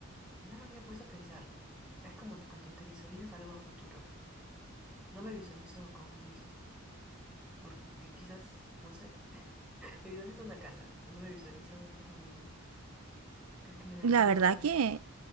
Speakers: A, in the centre; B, on the right.
A: No lo había puesto a pensar. Es como que cuando te visualizas algo a futuro, no me visualizo con un hijo, porque quizás, no sé, <laughs> me visualizo una casa, pero no me visualizo una familia. ¿Crees que me deba
B: La
A: preocupar
B: verdad
A: por eso?
B: que,